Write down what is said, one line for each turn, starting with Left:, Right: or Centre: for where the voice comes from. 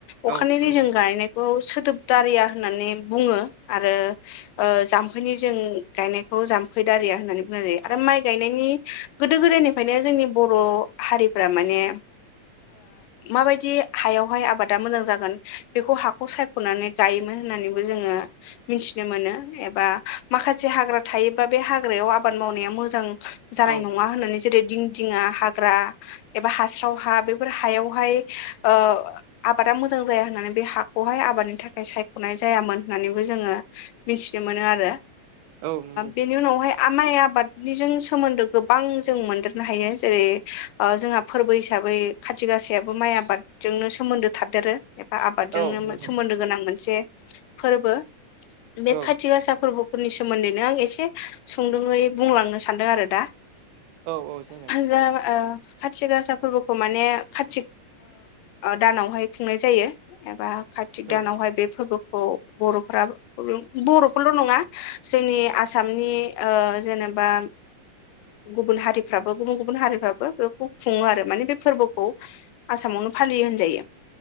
Left: अखानि
Right: औ
Left: दै
Right: नंगौ
Left: जों गायनाय बे सोदोबदारिया होननानै बुङो आरो जामफैनि जों गायनायखौ जाम्फै दारिया होननानै बुंनाय जायो आरो माइ गायनायनि गो गोदो गोदायनिफ्रायनो जोंनि बर' हारिफ्रा माने माबायदि हायावहाय आबादा मोजां जागोन बेखौ हाखौ साय खुनानै गायोमोन होननानैबो जोङो मिथिनो मोनो। एबा माखासे हाग्रा थायोबा बे हाग्रायाव आबाद मावनाया मोजां जानाय
Right: औ
Left: न मा होननानै जेरै दिं दिङा हाग्रा एबा हास्राव हा बे हायावहाय ओ आबादा मोजां जाया होननानै बे हाखौहाय आबादनि थाखाय सायख'नाय जायामोन होननानैबो जोङो मिथिनो मोनो आरो
Right: औ नंगौ
Left: बेनि उनावहाय आमाइ आबादनिजों सोमोन्दो गोबां जों मोनदेरनो हायो जेरै जोंहा फोरबो हिसाबै खाथि गाासायाबो माइ आबाद जोंनो सोमोन्दो थादेरो एबा आबादजोंनो
Right: औ नंगौ
Left: सोमोन्दो गोनां मोनसे फोरबो बे
Right: औ
Left: खाथि गासा फोरबो फोरनि सोमोन्दैनो आं एसे सुंदुङै बुंलांनो सान्दों आरो दा।
Right: औ औ जागोन।
Left: जा खाथि गासा फोरबोखौ माने खाथि दानावहाय खुंनाय जायो एबा कार्तिक दानावहाय
Right: औ
Left: बे फोरबोखौ बर'फोराबो बर'फोरल नङा जोंनि आसामनि जेनेबा गुबुन हारिफ्राबो गुबुन गुबुन हारिफ्राबो बेखौ खुङो आरो माने बे फोरबोखौ आसामावनो फालियो होनजायो